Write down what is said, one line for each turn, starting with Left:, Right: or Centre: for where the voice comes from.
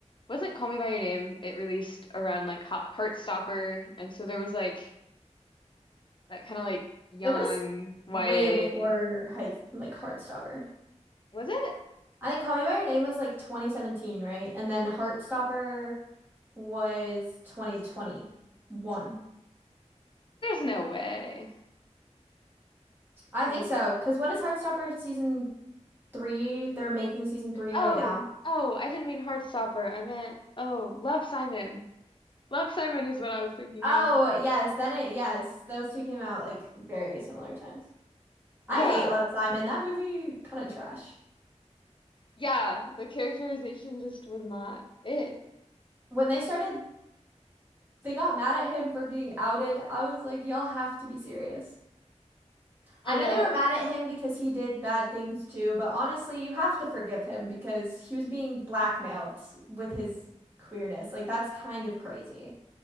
Left: wasn't Call Me by Your Name, it released around like Hot Heartstopper, and so there was like that kind of like young
Right: It was
Left: YA.
Right: way before Heights like Heartstopper.
Left: Was it?
Right: I think Call Me by Your Name was like 2017, right? And then Heartstopper was 2021.
Left: There's no way.
Right: I
Left: Mm.
Right: think so, because what is Heartstopper season three. They're making season three
Left: Oh,
Right: right now.
Left: oh, I didn't mean Heartstopper. I meant oh, Love Simon. Love Simon is what I was thinking
Right: Oh,
Left: of.
Right: yes. Then it, yes. Those two came out like very similar times.
Left: Yeah.
Right: I hate Love, Simon. That movie kind of trash.
Left: Yeah, the characterization just was not it.
Right: When they started, they got mad at him for being outed. I was like, y'all have to be serious.
Left: I
Right: I know
Left: know.
Right: they were mad
Left: <laughs>
Right: at him because he did bad things too, but honestly, you have to forgive him because he was being blackmailed with his queerness. Like, that's kind of crazy